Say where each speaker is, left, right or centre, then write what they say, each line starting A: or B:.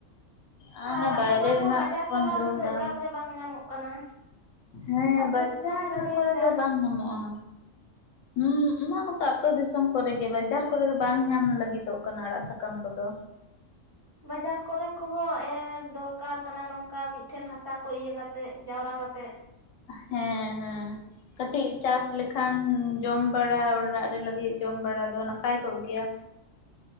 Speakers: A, on the right (about 35°); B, on the left (about 75°).
A: ᱟᱲᱟᱜ
B: ᱟᱨ ᱚᱱᱟ ᱵᱟᱭᱨᱮ
A: ᱥᱟᱠᱟᱢ
B: ᱨᱮᱱᱟᱜ
A: ᱠᱚ ᱵᱟᱡᱟᱨ
B: ᱵᱚᱱ
A: ᱥᱟᱦᱟᱨ
B: ᱡᱚᱢ
A: ᱨᱮᱫᱚ ᱮᱠᱟᱞ
B: ᱫᱟ,
A: ᱜᱮ ᱵᱟᱝ ᱧᱟᱢᱚᱜ ᱠᱟᱱᱟ
B: ᱦᱮᱸ
A: ᱟᱛᱳ
B: ᱵᱟᱡᱟᱨ
A: ᱫᱤᱥᱚᱢ ᱨᱮᱜᱮ
B: ᱠᱚᱨᱮ
A: ᱡᱟ
B: ᱫᱚ ᱵᱟᱝ ᱧᱟᱢᱚᱜᱼᱟ᱾ ᱦᱩᱸ ᱚᱱᱟ ᱠᱚᱫᱚ ᱟᱛᱚ ᱫᱤᱥᱚᱢ ᱠᱚᱨᱮᱜᱮ ᱵᱟᱡᱟᱨ ᱠᱚᱨᱮ ᱫᱚ ᱵᱟᱝ ᱧᱟᱢ ᱞᱟᱹᱜᱤᱫᱚᱜ ᱠᱟᱱᱟ ᱟᱲᱟᱜ ᱥᱟᱠᱟᱢ ᱠᱚᱫᱚ,
A: ᱵᱟᱡᱟᱨ ᱠᱚᱨᱮ ᱠᱚᱦᱚᱸ ᱮᱨ ᱫᱚᱨᱠᱟᱨ ᱠᱟᱱᱟ ᱱᱚᱝᱠᱟ ᱢᱤᱫᱴᱷᱮᱱ ᱦᱟᱥᱟ ᱠᱚ ᱤᱭᱟᱹ ᱠᱟᱛᱮᱜ ᱡᱟᱣᱨᱟ ᱠᱟᱛᱮᱜ,
B: ᱦᱮᱸ ᱦᱮᱸ, ᱠᱟᱹᱴᱤᱡ ᱪᱟᱥ ᱞᱮᱠᱷᱟᱱ ᱡᱚᱢ ᱵᱟᱲᱟ ᱚᱲᱟᱜ ᱨᱮ ᱞᱟᱹᱜᱤᱫ ᱡᱚᱢ ᱵᱟᱲᱟ ᱫᱚ ᱱᱟᱯᱟᱭ ᱠᱚᱜ ᱜᱮᱭᱟ᱾